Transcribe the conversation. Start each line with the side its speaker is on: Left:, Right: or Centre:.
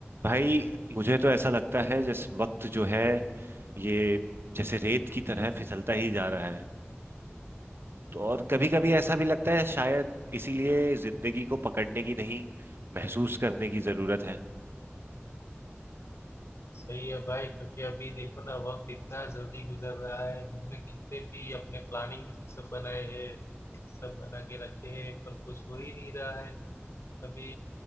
Right: भाई मुझे तो ऐसा लगता है जिस वक्त जो है ये जैसे रेत की तरह फिसलता ही जा रहा है तो और कभी कभी ऐसा भी लगता है शायद इसीलिए जिंदगी को पकड़ने की नहीं महसूस करने की जरूरत है
Left: सही है भाई क्योंकि अभी देखो ना वक्त इतना जल्दी गुजर रहा है हमने कितने भी अपने प्लानिंग सब बनाए हैं सब बना के रखे हैं पर कुछ हो ही नहीं रहा है अभी